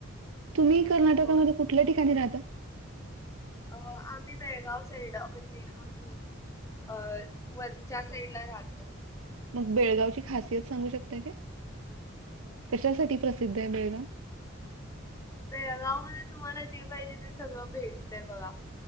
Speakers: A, on the right; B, on the left.
A: तुम्ही कर्नाटकामध्ये
B: होय
A: कुटल्या ठिकाणी राहता?
B: अ आम्ही बेळगाव साईड म्हणजे आम्ही अ वरच्या साईड ला राहतो
A: मग बेळगाव ची खासियत सांगू शकता का कशासाठी प्रसिद्ध आहे बेळगाव?
B: बेळगाव मध्ये तुम्हाला जे पाहिजे ते सगळं भेटतय बघा